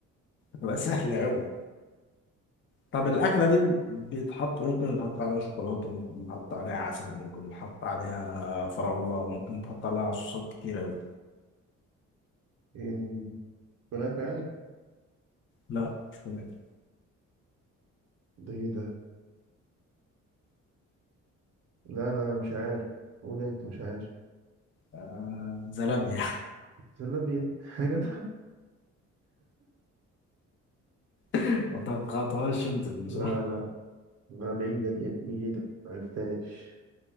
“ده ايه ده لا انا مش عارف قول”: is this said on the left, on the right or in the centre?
Right